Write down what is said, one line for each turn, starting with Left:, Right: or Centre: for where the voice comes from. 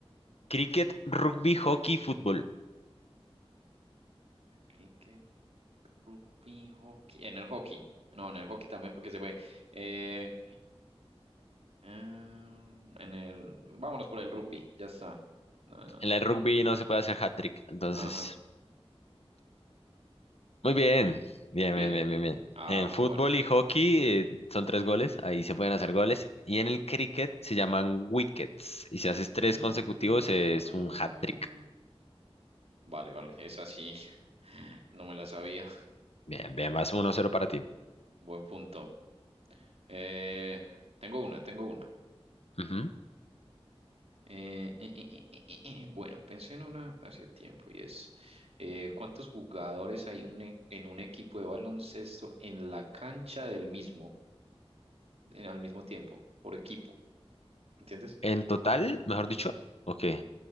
Left: Cricket, rugby, hockey, fútbol.
Right: Cricket, rugby, hockey. En el hockey. No, en el hockey también porque se fue. Eh, cri- ah, en el... Vámonos por el rugby, ya está. Ah,
Left: En el rugby no se puede hacer hat-trick, entonces.
Right: ajá.
Left: Muy bien, bien,
Right: Bien.
Left: bien, bien, bien, bien.
Right: Ah,
Left: En fútbol
Right: bueno.
Left: y hockey eh, son tres goles, ahí se pueden hacer goles. Y en el cricket se llaman wickets. Y si haces tres
Right: Mm.
Left: consecutivos es un hat-trick.
Right: Vale, vale, esa sí, <laughs> no me la sabía.
Left: Bien, bien, vas uno cero para ti.
Right: Buen punto. Eh, tengo una, tengo una.
Left: Ujú.
Right: Eh, eh, eh, eh, eh, eh, eh, bueno, pensé en una hace tiempo y es, eh, ¿cuántos jugadores hay un e- en un equipo de baloncesto en la cancha del mismo, en- al mismo tiempo, por equipo? ¿Entiendes?
Left: En total, mejor dicho, ok.